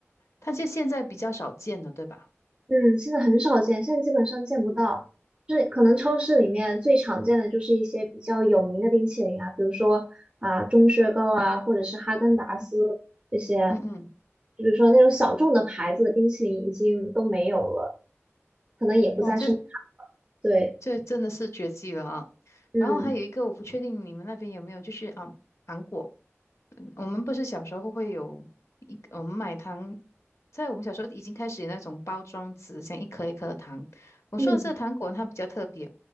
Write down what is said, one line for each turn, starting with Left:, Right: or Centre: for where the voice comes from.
Left: 它就现在比较少见了，对吧？
Right: 嗯，现在很少见，现在基本上见不到。就是可能超市里面最常见的就是一些比较有名的冰淇淋啊，比如说啊、钟薛高啊，或者是哈根达斯这些，
Left: 嗯，嗯嗯，
Right: 就是说那种小众的牌子的冰淇淋已经都没有了，可能也不再生产。
Left: 哇，这
Right: 了。对，
Left: 这真的是绝技了啊！
Right: 嗯
Left: 然后还有一个，我不确定你们那边有没有，就是啊，糖果。嗯我们不是小时候会有一，我们买糖，在我们小时候已经开始有那种包装纸，像一颗一颗的糖。我说的这个糖果呢它比较特别，
Right: 嗯